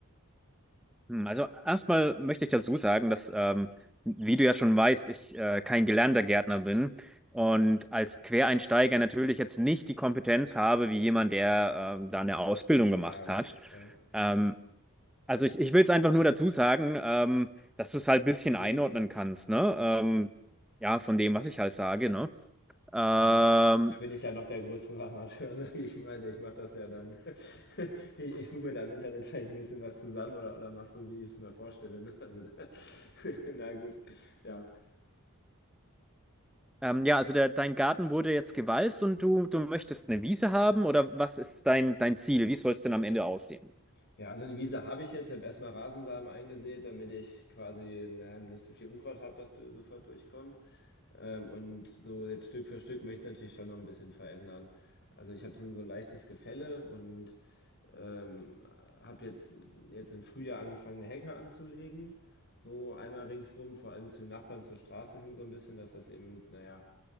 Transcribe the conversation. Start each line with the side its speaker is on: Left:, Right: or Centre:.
Centre: Hm, Also erstmal möchte ich dazu sagen, dass, ähm, wie du ja schon weißt, ich äh, kein gelernter Gärtner bin und als Quereinsteiger natürlich jetzt nicht die Kompetenz habe, wie jemand, der ähm, da eine Ausbildung gemacht
Left: Ja, gut,
Centre: hat.
Left: ja.
Centre: Ähm, also ich, ich will es einfach nur dazu sagen, ähm, dass du es halt ein bisschen
Left: Mm
Centre: einordnen
Left: -mm.
Centre: kannst, ne? Ähm, ja, von dem, was ich halt sage, ne? Ähm,
Left: Ja, da bin ich ja noch der größte Amateur, <laughs> sage ich mal. Ich mache das ja dann. <laughs> Ich, ich suche mir da im Internet vielleicht ein bisschen was zusammen oder, oder mach so, wie ich es mir vorstelle. Ne? Also da, <laughs> na gut, ja.
Centre: ähm, ja, also der, dein Garten wurde jetzt gewalzt und du, du möchtest eine Wiese haben oder was ist dein, dein Ziel? Wie soll es denn am Ende aussehen?
Left: Ja, also eine Wiese habe ich jetzt. Ich habe erstmal Rasensamen eingesät, damit ich quasi naja, nicht so viel Unkraut habe, dass du sofort durchkommt. Ähm, und so jetzt Stück für Stück möchte ich es natürlich schon noch ein bisschen verändern. Also ich habe so, ein- so ein leichtes Gefälle und Ähm, habe jetzt, jetzt im Frühjahr angefangen, eine Hecke anzulegen. So einmal ringsrum, vor allem zu den Nachbarn zur Straße hin so ein bisschen, dass das eben, naja,